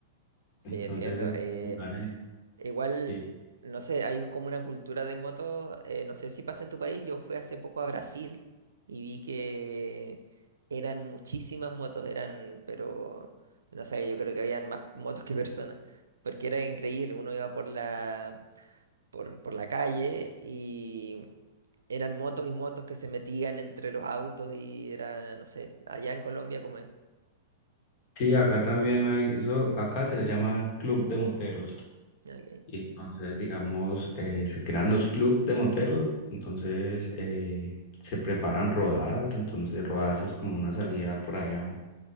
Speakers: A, on the right; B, on the left.
A: sí,
B: Entonces,
A: entiendo.
B: el
A: Eh,
B: lugar es-
A: igual,
B: sí.
A: no sé, hay como una cultura de motos, eh, no sé si pasa en tu país, yo fui hace poco a Brasil y vi que eran muchísimas motos, eran, pero, no sé, yo creo que habían más motos que personas, porque era increíble, uno iba por la, por, por la calle y eran motos y motos que se metían entre los autos y era, no sé, allá en Colombia como es.
B: Sí, acá también hay, eso acá se le llama club de moteros.
A: Ok,
B: Y entonces, digamos, eh, se crean los club de moteros, entonces eh, se preparan rodadas, entonces rodadas es como una salida por allá